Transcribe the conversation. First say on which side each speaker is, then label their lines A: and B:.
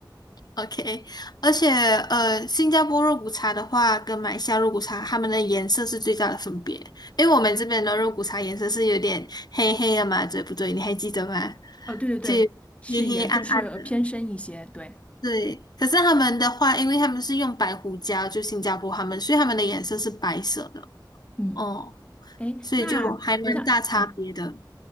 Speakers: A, on the left; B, on the left.
A: OK，而且呃，新加坡肉骨茶的话，跟马来西亚肉骨茶，它们的颜色是最大的分别。因为我们这边的肉骨茶颜色是有点黑黑的嘛，对不对？你还记得吗？
B: 呃，对对对，
A: 就
B: 是颜色是呃偏深一些。
A: 黑黑暗暗的。
B: 对，
A: 对，可是他们的话，因为他们是用白胡椒，就新加坡他们，所以他们的颜色是白色的。
B: 嗯，
A: 哦，
B: 哎，
A: 所以就还蛮大差别的。
B: 那我想，嗯、